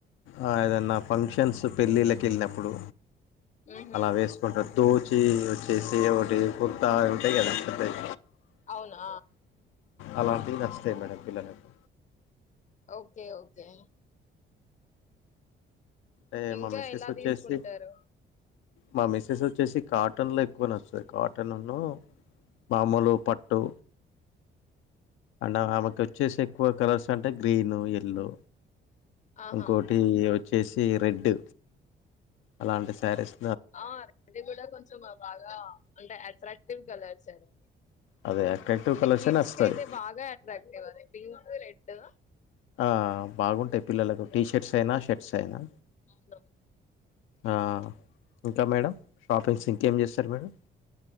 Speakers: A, on the left; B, on the left.
A: ఆ ఏదన్నా ఫంక్షన్సు. పెళ్ళిళ్ళకి ఎళ్ళినప్పుడు.
B: ఊహు
A: అలా వేసుకుంటార్ దోత్ చ్చీ వచ్చేసీ ఏవోటీ కుర్తా అవి వుంటయి గదా పెద్దయి.
B: అవునా
A: అలాంటివి నచ్చుతయ్ మన పిల్లలకు.
B: Okay okay.
A: అంటే
B: ఇంకా
A: మా మిస్సెస్
B: ఎలా
A: వచ్చేసి
B: తీసుకుంటారు.
A: మా మిస్సెస్ వచ్చేసి కాటన్లో ఎక్కువ నచ్చుతది కాటన్నునూ, మామూలు పట్టు. అండ్ ఆమెకు వచ్చేసి ఎక్కువ కలర్స్ అంటే గ్రీనూ, ఎల్లో.
B: ఆహా
A: ఇంకోటీ వచ్చేసీ రెడ్డ్. అలాంటి సారీస్
B: ఆ <inaudible> కూడా కొంచం ఆమ్ బాగా అంటే అట్రాక్టివ్ కలర్స్ అవి.
A: అదే అట్రాక్టివ్
B: అంటే
A: కలర్సే
B: కిడ్స్
A: నచ్చుతది
B: కయితే బాగా అట్రాక్టివ్ అవి పింక, రెడ్ ఆ
A: ఆ బాగుంటాయి పిల్లలకు టీ షర్ట్స్ అయినా షర్ట్స్ అయినా.
B: అవునా
A: ఆ ఇంకా మేడం, షాపింగ్స్ ఇంకేం చేస్తారు మీరు.